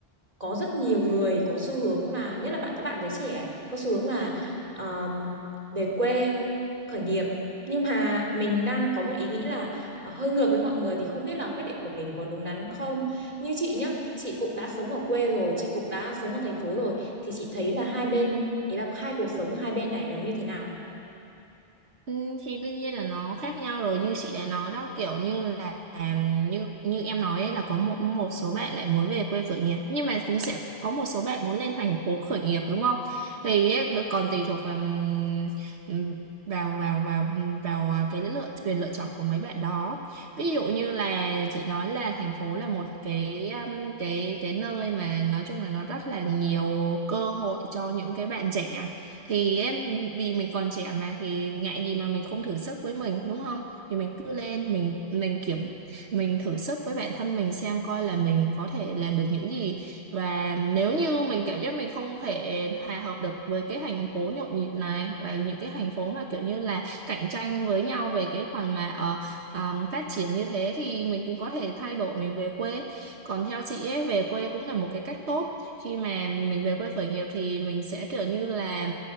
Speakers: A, on the right; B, on the right.
A: có rất nhiều người có xu hướng là nhất là bạn các bạn giới trẻ có xu hướng là um, về quê khởi nghiệp nhưng mà mình đang có một ý nghĩ là ờ, hơi ngược với mọi người thì không biết là quyết định của mình có đúng đắn không như chị nhá chị cũng đã sống ở quê rồi chị cũng đã sống ở thành phố rồi thì chị thấy là hai bên ý là hai cuộc sống hai bên này nó như thế nào
B: Ừ, thì đương nhiên là nó khác nhau rồi như chị đã nói đó kiểu như là um, như như em nói ấy, là có một một số bạn lại muốn về quê khởi nghiệp nhưng mà cũng sẽ có một số bạn muốn lên thành phố khởi nghiệp đúng không thì ấy, nó còn tùy thuộc vào ừm, ừm, vào vào vào vào à, cái lựa quyền lựa chọn của mấy bạn đó ví dụ như là chị nói là thành phố là một cái um, cái cái nơi mà nói chung là nó rất là nhiều cơ hội cho những cái bạn trẻ thì em vì mình còn trẻ mà thì ngại gì mà mình không thử sức với mình đúng không thì mình cứ lên mình mình kiểm mình thử sức với bản thân mình xem coi là mình có thể làm được những gì và nếu như mình cảm giác mình không thể hòa hợp được với cái thành phố nhộn nhịp này hoặc là những cái thành phố mà kiểu như là cạnh tranh với nhau về cái phần mà ờ, ờ, phát triển như thế thì mình cũng có thể thay đổi mình về quê còn theo chị ấy về quê cũng là một cái cách tốt khi mà mình về quê khởi nghiệp thì mình sẽ kiểu như là